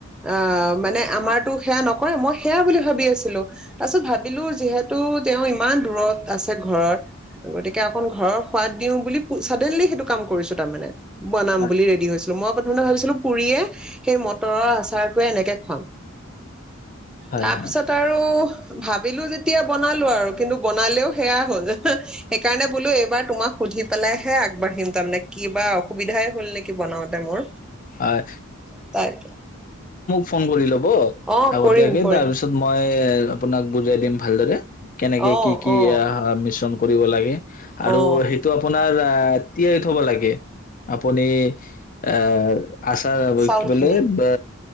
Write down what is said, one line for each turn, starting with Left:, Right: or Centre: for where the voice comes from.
Centre: অ মানে আমাৰতো সেয়া নকৰে মই সেয়া বুলি ভাবি আছিলো তাৰ পিছত ভাবিলো যিহেতু তেওঁ ইমান দূৰত আছে ঘৰৰ গতিকে অকন ঘৰৰ সোৱাদ দিও বুলি ছাদেনলি সেইটো কাম কৰিছিলো মনে বনাম
Left: হয়,
Centre: বুলি ৰেডি হৈছিলো মই মে ভাবিছিলো পুৰিয়ে সেই মটৰৰ আচাৰটোৱে এনেকে খুৱাম
Left: হয়,
Centre: তাৰপিছত
Left: হয়।
Centre: আৰু ভাবিলো যেতিয়া বনালো আৰু কিন্তু বনালেও সেয়া হ'ল সেইকাৰণে বোলো এইবাৰ তোমাক সুধি পেলাই হে আগবাঢ়িম তাৰমানে কিবা সুবিধাই হ'ল নেকি বনাওঁতে মোৰ
Left: হয়
Centre: তাক
Left: ফোন কৰি ল'ম হ
Centre: অ
Left: আগতীয়াকে
Centre: কৰিম কৰিম
Left: তাৰপিছত মই আপোনাক বুজাই দিম ভালদৰে কেনেকে
Centre: অ
Left: কি কি
Centre: অ
Left: মিশন কৰিব লাগে আৰু
Centre: অ
Left: সেইটো আপোনাৰ আৰু এতিয়াই থব লাগে আপুনি অ আচাৰ
Centre: চাউল
Left: কি বোলে
Centre: খিনি
Left: বা